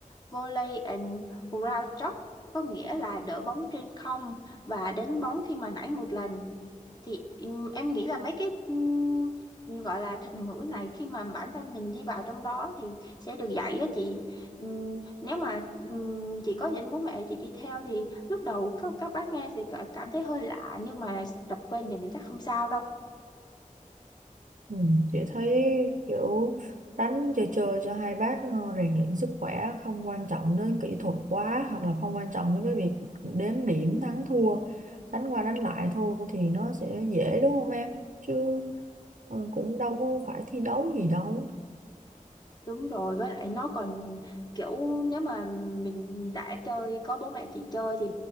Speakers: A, on the left; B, on the right.
A: volley and ground stroke, có nghĩa là đỡ bóng trên không và đánh bóng khi mà nảy một lần thì ừm, em nghĩ là mấy cái ừm, gọi là thuật ngữ này khi mà bản thân mình đi vào trong đó thì sẽ được dạy á chị Ừm, nếu mà ừm, chị có dẫn bố mẹ chị đi theo thì lúc đầu các các bác nghe sẽ cả- cảm thấy hơi lạ nhưng mà tập quen dần thì chắc không sao đâu
B: Ừ, chị thấy kiểu đánh chơi chơi cho hai bác ờ, rèn luyện sức khỏe không quan trọng đến kỹ thuật quá hoặc là không quan trọng đến cái việc đếm điểm thắng thua đánh qua đánh lại thôi thì nó sẽ dễ đúng không em chứ ờ, cũng đâu có phải thi đấu gì đâu
A: Đúng rồi, với lại nó còn kiểu nếu mà mình đã chơi có bố mẹ chị chơi thì